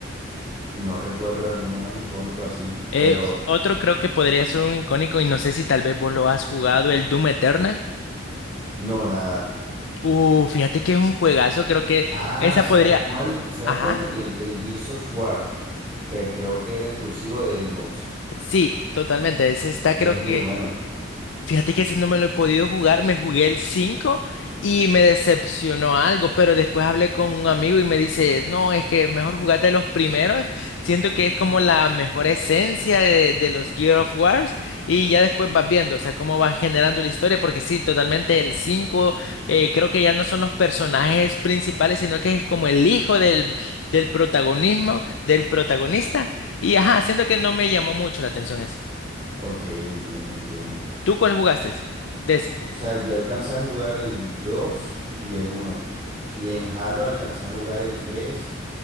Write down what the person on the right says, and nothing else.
no recuerdo alguno más icónico así,
pero
no, nada.
Ah,
¿sabes
cuál? ¿Sabes
cuál también? El Gears of War, que creo que era exclusivo de Xbox.
Y
es muy
bueno.
Ok, entiendo, entiendo.
O sea, yo alcancé a jugar el 2 y el uno Y en Halo alcancé a jugar el tres